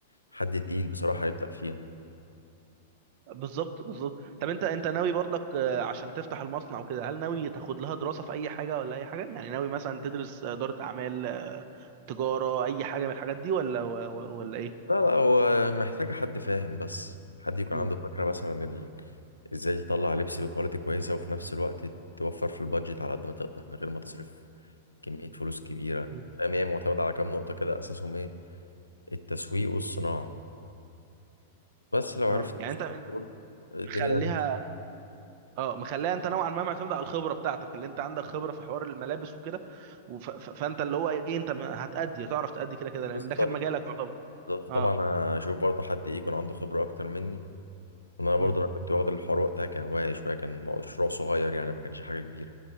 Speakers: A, on the left; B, on the right.
A: حد تقيل بصراحه يبدا فيها
B: بالظبط بالظبط طب انت انت ناوي برضك آه، عشان تفتح المصنع وكده هل ناوي تاخد لها دراسه في اي حاجه ولا اي حاجه يعني ناوي مثلا تدرس اداره اعمال آه، تجاره اي حاجه من الحاجات دي ولا ولا ولا ايه
A: لا لا هو محتاج حد فاهم بس حد يكون
B: مم.
A: عنده فكرة مثلا ال... ازاي تطلع لبس بكواليتي كويسة وفي نفس الوقت توفر في البادجت على قد ما تقدر من غير ما تصرف كمية فلوس كبيرة
B: مم.
A: فاهم هي معتمدة على كام نقطة كده أساسهم ايه التسويق والصناعة بس لو عرفت
B: اه يعني
A: تظبط
B: انت انت
A: دول الدنيا
B: مخليها
A: هتمشي
B: اه مخليها انت نوعا ما معتمد على الخبره بتاعتك اللي انت عندك خبره في حوار الملابس وكده وف... ف... فانت اللي هو ايه انت ما- هتأدي هتعرف تأدي كده كده لان
A: بالظبط
B: ده كان مجالك يعتبر
A: بالظبط
B: اه
A: طبعا هشوف برضه حد ايه يكون عنده خبرة أكتر مني أنا برضه
B: مم.
A: أنا كنت واخد الحوار وقتها كهواية شوية كان مشروع صغير يعني ما كانش حاجة كبيرة